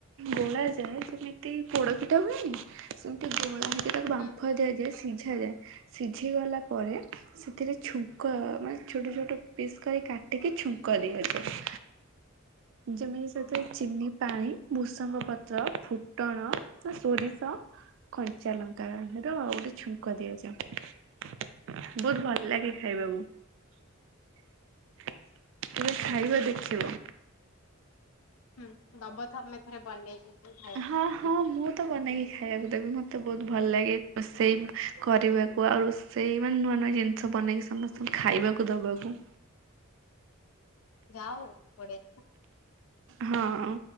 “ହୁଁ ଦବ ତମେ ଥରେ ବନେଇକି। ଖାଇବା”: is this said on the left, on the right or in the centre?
Left